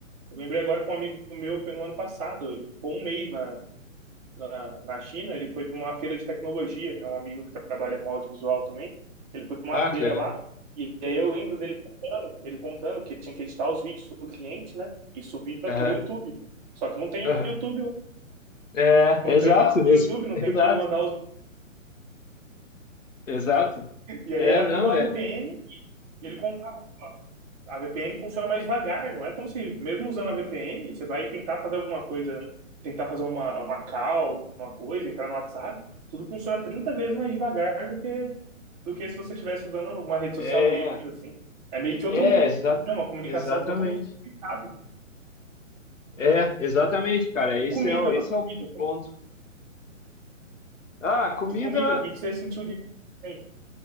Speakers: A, on the right; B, on the left.
A: eu lembrei agora que um amigo meu foi no ano passado. Ele ficou um mês na, na, na China, ele foi para uma feira de tecnologia. É um amigo que trabalha com audiovisual também. Ele foi para
B: Ah,
A: uma feira
B: que legal.
A: lá. E aí eu lembro dele contando, ele contando que ele tinha que editar os vídeos do cliente, né? E subir para
B: Aham,
A: o YouTube. Só que não tem
B: aham.
A: YouTube,
B: É,
A: não
B: exato,
A: tem
B: ex-
A: YouTube,
B: <laughs>
A: não
B: exato,
A: tem como ele mandar os.
B: exato.
A: E aí
B: É,
A: era
B: não,
A: tudo uma
B: é.
A: VPN, e ele contava. ó, a VPN funciona mais devagar, não é como se, mesmo usando a VPN, você vai tentar fazer alguma coisa, tentar fazer uma, uma call, alguma coisa, entrar no WhatsApp, tudo funciona 30 vezes mais devagar do que, do que se você estivesse usando uma rede social
B: É,
A: deles, assim. É meio que outro
B: é,
A: mundo,
B: exa
A: né? uma comunicação
B: exatamente.
A: totalmente complicada.
B: É, exatamente, cara. Esse
A: E comida,
B: é, o- esse
A: mano.
B: é o
A: comida.
B: ponto. Ah, a comida.
A: E comida, o que que você sentiu de... Bem,